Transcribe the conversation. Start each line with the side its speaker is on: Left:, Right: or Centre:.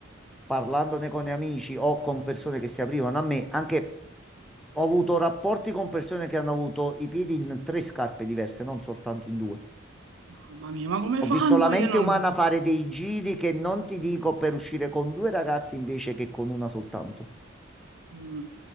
Centre: parlandone con amici o con persone che si aprivano a me, anche ho avuto rapporti con persone che hanno avuto i piedi in tre scarpe diverse, non soltanto in due.
Right: Mamma mia, ma come fanno?
Centre: Ho visto la mente
Right: Io non
Centre: umana
Right: lo so.
Centre: fare dei giri che non ti dico per uscire con due ragazzi invece che con una soltanto.
Right: Mm,